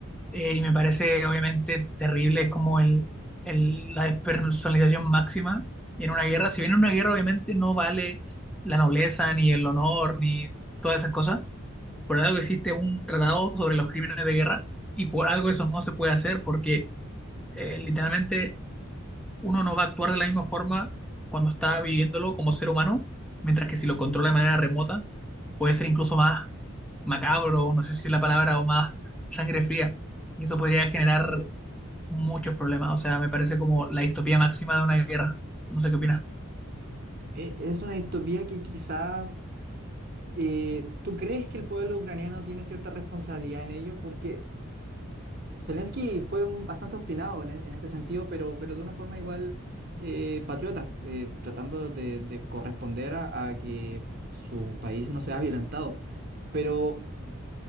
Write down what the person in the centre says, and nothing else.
eh, y me parece obviamente terrible, es como el, el- la despersonalización máxima en una guerra. Si bien en una guerra obviamente no vale la nobleza, ni el honor, ni todas esas cosas por algo existe un tratado sobre los crímenes de guerra y por algo eso no se puede hacer porque eh, literalmente uno no va a actuar de la misma forma cuando está viviéndolo como ser humano, mientras que si lo controla de manera remota puede ser incluso más macabro, no sé si es la palabra, o más sangre fría. Y eso podría generar muchos problemas. O sea, me parece como la distopía máxima de una guerra. No sé qué opinas.